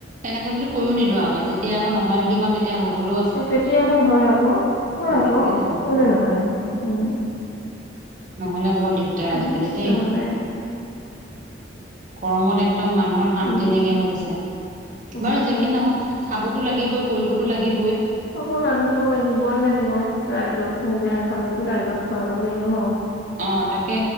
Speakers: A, on the right (about 45°); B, on the left (about 60°).
A: লাগে বুলি কৈও নিদিওঁ আউ আকৌ যেতিয়া আকৌ নহয় বুলি কওঁ তেতিয়া হ'বলও
B: তে তেতিয়াহে হয় আকৌ হয় আকৌ
A: এইটোৱে ডাঙৰ কথা
B: কেলে নহয়নো উম
A: নহ'লে বৰ দিগদাৰ
B: সমস্যা
A: আজিকালি দেই
B: মানে
A: গৰমত একদম মানুহৰ শান্তি
B: উম
A: নাইকিয়া হৈ গৈছে
B: সঁচাকে
A: বাৰু যিখিনি নহওক খাবতো লাগিবই কৰিবতো লাগিবই
B: খাব লাগিবই দিবই লাগিব ৰাইজক নিজে নাখালেওতো ৰাইজক খোৱাবই লাগিব ন
A: অ তাকে